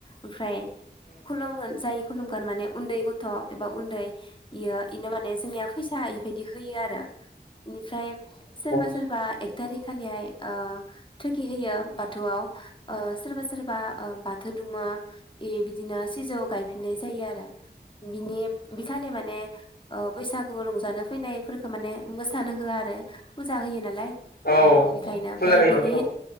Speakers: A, on the left; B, on the left.
A: ओमफ्राय खुलुमगोन जाय खुलुमगोन माने उन्दै गथ' थ' एबा उन्दै इयो बेनो माने जोंनिया फैसा इबायदि होयो आरो। बेनिफ्राय सोरबा
B: औ
A: सोरबा
B: ओं
A: थारिखालिहाय थुगि होयो बाथौआव, सोरबा सोरबा <unintelligible> बे बिदिनो सिजौ गायफिननाय जायो आरो। <inaudible> बिनि बिखालि माने बैसागु रंजानो फैनायफोरखौ माने मोसानो होआ आरो। होयो नालाय,
B: ओ
A: बेखायनो
B: औ
A: ओमफ्राय
B: फुजा होयो
A: बिनि
B: नालाय औ